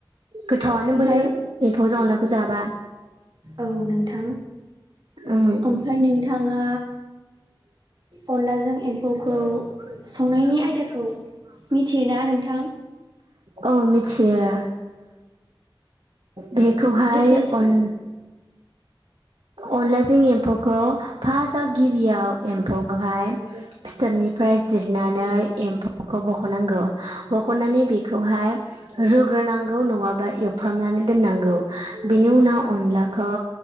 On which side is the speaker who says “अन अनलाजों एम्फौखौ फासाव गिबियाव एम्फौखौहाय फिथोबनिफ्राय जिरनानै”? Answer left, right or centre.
Right